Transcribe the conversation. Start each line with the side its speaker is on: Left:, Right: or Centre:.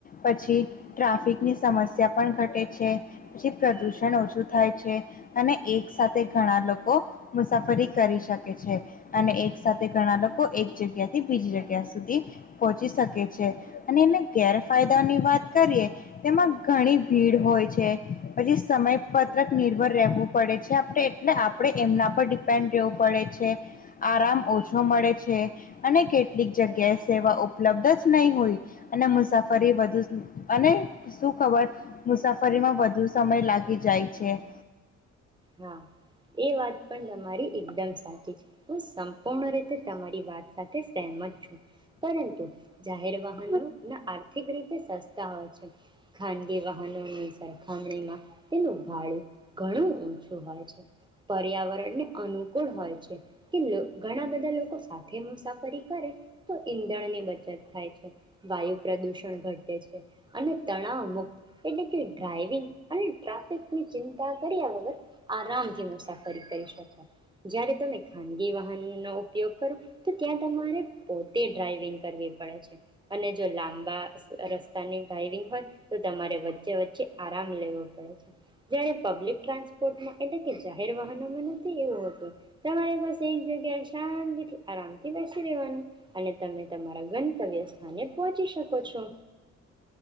Left: પછી ટ્રાફિકની સમસ્યા પણ ઘટે છે પછી પ્રદુષણ ઓછું થાય. અને એક સાથે ઘણા લોકો મુસાફરી કરી શકે છે અને એક સાથે ઘણા લોકો એક જગ્યા થી બીજી જગ્યા સુધી પહોંચી શકે છે અને એને ગેરફાયદાની વાત કરીએ તેમાં ઘણી ભીડ હોય છે પછી સમય ક નિર્ભર રહેવું પડે છે આપણે એટલે આપણે એમના પર ડિપેન્ડ રહેવું પડે છે આરામ ઓછો મળે છે અને કેટલીક જગ્યાએ સેવા ઉપલબ્ધ જ નહીં હોય અને મુસાફરી વધુ અને શું ખબર મુસાફરીમાં વધુ સમય લાગી જાય. છે.
Right: હા એ વાત પણ તમારી એકદમ સાચી છે હ સંપૂર્ણ રીતે રી વાત સાથે સમત છ પરંતુ જાહેર વાહનો ના આર્થિક રીતે વા છે ખાનગ વાહન સરખામણીમાં તેનું ભાડું ઘણું ઊંચું પર્યાવરણને અનુકૂળ હોય છે કે ઘણા બધા લોકો સાથે મુસાફરી કરે તો ઈંધણની બચત થાય છે વાયુ પ્રદુષણ ઘટે છે અને તણાવ મુક્ત એટલે કે ડ્રાઈવિંગ અને ટ્રાફિકની ચિંતા કર્યા વગર આરામથી મુસાફરી કરી શકો જ્યારે તમે ખાનગી વાહનનો ઉપયોગ કરો તો ત્યાં તમારે પોતે ડ્રાઈવિંગ કરવી પડે છે અને જો લાંબા રસ્તાની ડ્રાાઈવિંગ હોય તો તમારે વચ્ચે વચ્ચે આરામ લેવો પડે છે જ્યારે પબ્લિક ટ્રાન્સપોર્ટમાં એટલે કે જાહેર વાહનોમાં નથી એવું હતું તમારે બસ એક જગ્યાએ શાંતિથી આરામથી બેસી રહેેવાનું અને તમે તમારા ગંતવ્ય સ્થાને પહોચી શકો છો.